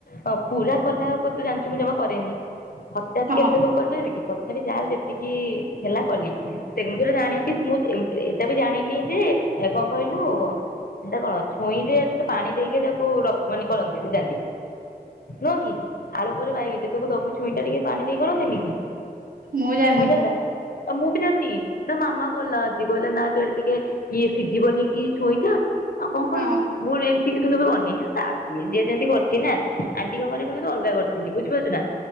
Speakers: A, on the left; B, on the right.
A: ହଁ ପୁରା କଲାଆକୁ ତୁ ଜାଣିଛୁ ମୁଁ ଜମା କରେନି, ହଠାତ୍
B: ହଁ
A: କେତେ ସମୟ କରିପାରିବି କି ତତ ତଥାପି ଯାଲ ଯେତିକି ହେଲା କଲି। ଦେଖ ମୁଁ ଯୋଉରା ଜାଣିଛି ମୁଁ ଏମ୍-ଏମ୍-ଏଟା ବି ଜାଣିନି ଯେ ଏ କଣ କହିଲୁ ସେଟା କଣ ଛୁଇଁରେ ଟିକେ ପାଣି ଦେଇକି ତାକୁ ରଖ ମାନେ କରନ୍ତି, ସିଜାନ୍ତି ନୁହଁ କି ଆଳୁ ପୁରି ବାଇଗଛି ନିତୁକୁ ଦବୁ ଛୁଇଁଟା ଟିକେ ପାଣି ଦେଇ କରନ୍ତିନି କି?
B: ମୁଁ ଜାଣିନି।
A: ଭଜାଟା ଆଉ ମୁଁ ବି ଜାଣିନି, ତ ମାମା କଲା ଆଜି କହିଲା ନା ତୁ ଏଇଟା ଟିକେ ଇଏ ସିଝିବନି କି ଛୁଇଁଟା ଆଉ କଣ
B: ହଁ
A: କହିବି? ମୁଁ <unintelligible> କିନ୍ତୁ କେବେ କରିନି ହେଲା, ତାର ସିଏ ଯିଏ ଯେମିତି କରିଛି ନା ଆଣ୍ଟିଙ୍କ ଘରେ ମୁଁ କିନ୍ତୁ ଅଲଗା କରିଥିଲି, ବୁଝିପାରୁଚୁ ନା?